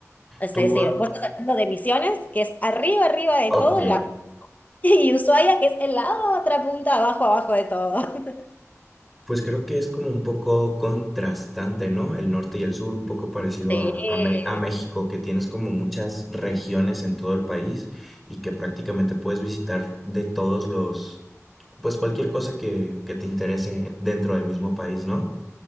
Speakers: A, on the left; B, in the centre.
A: Es
B: Tú,
A: decir,
B: ah,
A: vos estás hablando de Misiones, que es arriba, arriba de
B: ok.
A: todo, en la... <laughs> y Ushuaia, que es en la otra punta, abajo, abajo de todo. <laughs>
B: Pues creo que es como un poco contrastante, ¿no? El norte y el sur, un poco parecido
A: Sí,
B: a, a Me- a México, que tienes como muchas regiones en todo el país y que prácticamente puedes visitar de todos los Pues cualquier cosa que, que te interese dentro del mismo país, ¿no?